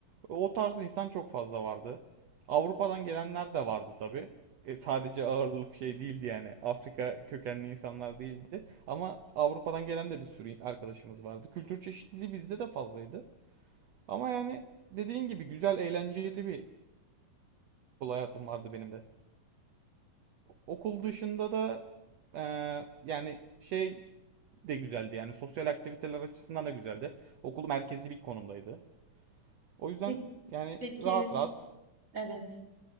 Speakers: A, on the right; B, on the right.
A: O tarz insan çok fazla vardı. Avrupa'dan gelenler de vardı tabii. E, sadece ağırlık şey değildi yani. Afrika kökenli insanlar değildi. Ama Avrupa'dan gelen de bir sürü arkadaşımız vardı. Kültür çeşitliliği bizde de fazlaydı. Ama yani dediğin gibi güzel, eğlenceli bir okul hayatım vardı benim de. Okul dışında da e, yani şey de güzeldi yani sosyal aktiviteler açısından da güzeldi. Okul merkezi bir konumdaydı. O yüzden
B: Peki.
A: yani
B: Peki,
A: rahat rahat
B: evet.